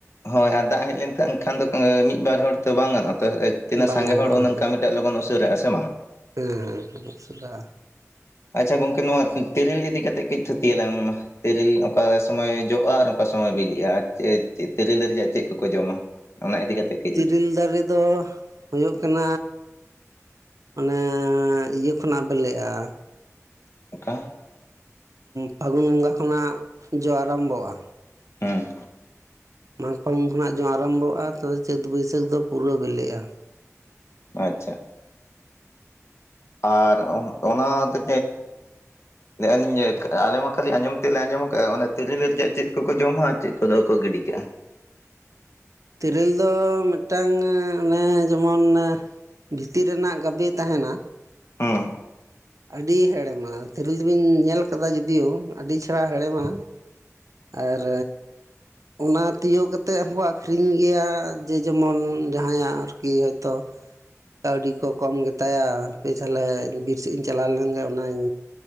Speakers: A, on the left; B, on the right.
A: ᱦᱳᱭ ᱟᱨ ᱫᱟᱜ ᱦᱮᱡ ᱞᱮᱱᱟᱱ ᱠᱷᱟᱱ ᱫᱚ ᱢᱤᱫ ᱵᱟᱨ ᱦᱚᱲ ᱛᱚ ᱵᱟᱝ ᱜᱟᱱᱚᱜᱼᱟ ᱛᱤᱱᱟᱹᱜ
B: ᱵᱟᱝ
A: ᱥᱟᱸᱜᱮ
B: ᱜᱟᱱᱚᱜᱼᱟ
A: ᱦᱚᱲ ᱩᱱᱟᱹᱝ ᱠᱟᱹᱢᱤ ᱞᱚᱜᱚᱱ ᱩᱥᱟᱹᱨᱟ ᱥᱮᱢᱟ
B: ᱦᱩᱸᱩᱸᱥᱟᱨᱟ
A: ᱟᱪᱪᱷᱟ ᱜᱚᱝᱠᱮ ᱱᱚᱣᱟ ᱛᱮᱨᱮᱞ ᱤᱫᱤ ᱠᱟᱛᱮᱫ ᱠᱟᱹᱡ ᱛᱷᱩᱛᱤᱭᱟᱞᱟᱝ ᱢᱟ ᱛᱮᱨᱤᱞ ᱚᱠᱟ ᱥᱚᱢᱚᱭ ᱡᱚᱜᱼᱟ ᱟᱨ ᱚᱠᱟ ᱥᱚᱢᱚᱭ ᱵᱤᱞᱤᱜᱼᱟ ᱟᱨ ᱛᱮᱨᱤᱞ ᱨᱮᱭᱟᱜ ᱪᱮᱫ ᱠᱚᱠᱚ ᱡᱚᱢᱟ ᱚᱱᱟ ᱤᱫᱤ ᱠᱟᱛᱮᱫ ᱜᱮ
B: ᱛᱤᱨᱤᱞ ᱫᱟᱨᱮ ᱫᱚ ᱦᱳᱭᱳᱜ ᱠᱟᱱᱟ ᱢᱟᱱᱮ ᱤᱭᱟᱹ ᱠᱷᱚᱱᱟᱜ ᱵᱮᱞᱮᱜᱼᱟ
A: ᱚᱱᱠᱟ
B: ᱯᱷᱟᱹᱜᱩᱱ ᱵᱚᱸᱜᱟ ᱠᱷᱚᱱᱟᱜ ᱡᱚ ᱟᱨᱟᱢ ᱵᱚᱜᱼᱟ᱾
A: ᱦᱮᱸ
B: ᱢᱟᱜᱽ ᱯᱷᱟᱹᱜᱩᱱ ᱠᱷᱚᱱᱟᱜ ᱡᱚ ᱟᱨᱟᱢ ᱵᱚᱜᱼᱟ ᱛᱚ ᱪᱟᱹᱛ ᱵᱟᱹᱭᱥᱟᱹᱠᱷ ᱫᱚ ᱯᱩᱨᱟᱹ ᱵᱮᱞᱮᱜᱼᱟ᱾
A: ᱟᱪᱪᱷᱟ ᱟᱨ ᱚᱱᱟ <inaudible> ᱛᱮ ᱞᱟᱹᱭ ᱟᱹᱞᱤᱧ ᱡᱮ ᱟᱞᱮ ᱢᱟ ᱠᱷᱟᱹᱞᱤ ᱟᱸᱡᱚᱢ ᱛᱮᱫᱞᱮ ᱟᱸᱡᱚᱢ ᱠᱟᱜᱼᱟ᱾ ᱚᱱᱟ ᱛᱮᱨᱮᱞ ᱨᱮᱭᱟᱜ ᱪᱮᱫ ᱠᱚᱠᱚ ᱡᱚᱢᱟ ᱪᱮᱫ ᱠᱚᱫᱚ ᱠᱚ ᱜᱤᱰᱤ ᱠᱟᱜᱼᱟ?
B: ᱛᱤᱨᱮᱞ ᱫᱚ ᱢᱤᱫᱴᱟᱝ ᱚᱱᱮ ᱡᱮᱢᱚᱱᱮ ᱵᱷᱤᱛᱤᱨ ᱨᱮᱱᱟᱜ ᱜᱟᱵᱮ ᱛᱟᱦᱮᱱᱟ
A: ᱦᱩᱸ
B: ᱟᱹᱰᱤ ᱦᱮᱲᱮᱢᱟ ᱛᱤᱨᱤᱞ ᱫᱚᱵᱤᱱ ᱧᱮᱞ ᱟᱠᱟᱫᱟ ᱡᱩᱫᱤᱭᱳ ᱟᱹᱰᱤ ᱪᱮᱦᱲᱟ ᱦᱮᱬᱮᱢᱟ ᱟᱨ ᱚᱱᱟ ᱛᱤᱭᱳᱜ ᱠᱟᱛᱮᱫ ᱦᱚᱸᱠᱚ ᱟᱠᱷᱨᱤᱧ ᱜᱮᱭᱟ ᱡᱮ ᱡᱮᱢᱚᱱ ᱡᱟᱦᱟᱸᱭᱟᱜ ᱟᱨᱠᱤ ᱦᱚᱭᱛᱳ ᱠᱟᱹᱣᱰᱤ ᱠᱚ ᱠᱚᱢ ᱜᱮᱛᱟᱭᱟ ᱛᱟᱦᱚᱞᱮ ᱵᱤᱨ ᱥᱮᱫ ᱤᱧ ᱪᱟᱞᱟᱣ ᱞᱮᱱ ᱜᱮ ᱚᱱᱟᱧ